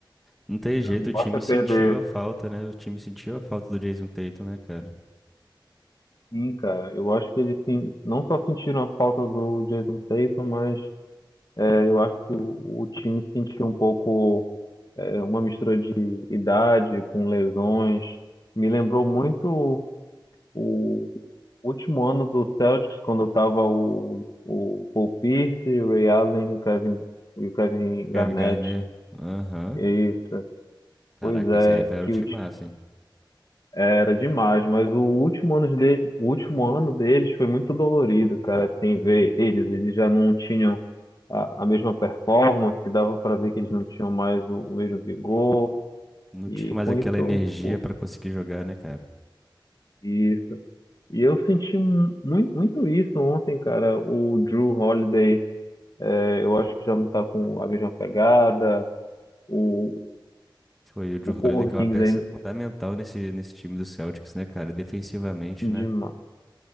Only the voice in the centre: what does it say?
Não tem jeito,
o time
sentiu a falta, né? O time sentiu a falta do Jason Tatum, né, cara?
Kevin
Garnett? Aham.
Caraca,
esse aí foi- era
um time
massa, hein?
Não
tinha mais
aquela
energia
pra conseguir jogar, né, cara?
Foi o Drew
Holiday, que é uma peça
fundamental nesse, nesse time do Celtics, né, cara? Defensivamente,
né?